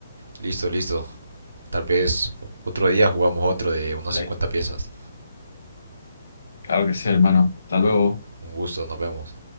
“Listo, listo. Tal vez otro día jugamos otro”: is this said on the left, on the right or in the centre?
Right